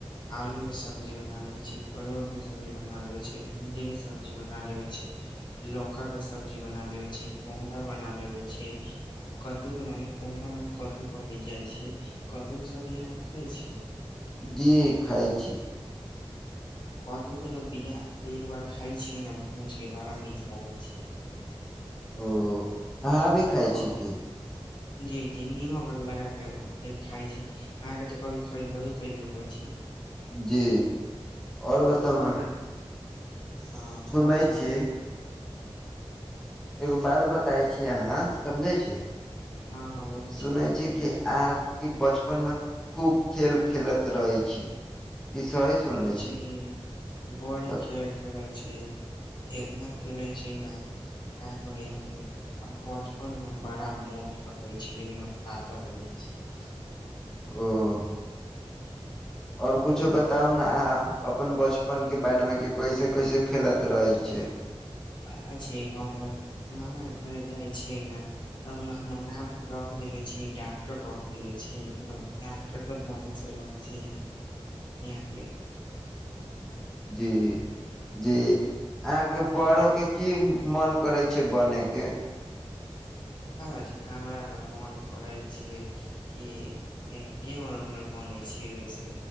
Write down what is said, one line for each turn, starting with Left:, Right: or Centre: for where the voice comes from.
Left: आलू के सब्जी बना लेवे छियै परोड़ के सब्जी बना लेवे छियै भिंडी के सब्जी बना लेेवे छीयै। लौका के सब्जी बना लेबय छी कोहरा बना लेबय छै कद्दू- मने कोहरा मने कद्दू कहल जाइ छै कद्दूके सब्ज़ी अहाँ खाय छियै?
Centre: जी खाइ छी।
Left: आ कदू कतऽ बिया अहाँ एक बार खाय छियै ने भूज के बड़ा नीक लागै छै।
Centre: ओ अहाँ अभी
Left: ओकर
Centre: खाइ छीयै की?
Left: जी- जी नीमक और लगा के ए-खाय छी। अहाँ के तऽ कभी खैल वही <unintelligible> छी
Centre: जी आओर बताउ
Left: बड़ा
Centre: ने सुनै
Left: हँ कहै छै
Centre: छी-
Left: ने
Centre: एगो बात बताय छी अहाँ समझै छी?
Left: हँ हँ बोलै
Centre: सुनै छी कि आंहां- कि बचपनमे खूब खेल खेलैत रहैत छी। की सही सुनले
Left: जी
Centre: छी
Left: बड़ी
Centre: तऽ
Left: खेल खेलाय छी। एतना खेलै छी न अहां तें कहैए अहांके- आ बचपन मे हम बड़ा मोट रहै छी <unintelligible> आब पातर भ गेल छी।
Centre: ओ- आओर कुछो बताउ ने आहाँ- अपन बचपन के बारे मे की कैसे- कैसे खेलत रहै छै?
Left: पता छै हम अपन नाना घरे जाइ छियै ने- त ओहिमे हमर नाम रख देले छी डॉक्टर रख देले छै लेकिन ड कते तक मार्निंग चैल रहल छै, यैह
Centre: जी। जी, अहाँके बड़ होके की मन करै छै बने के? <inaudible>
Left: अपना कहै छी हमरा त मन करै छियै कि गेमर उमर बने छै ऐसे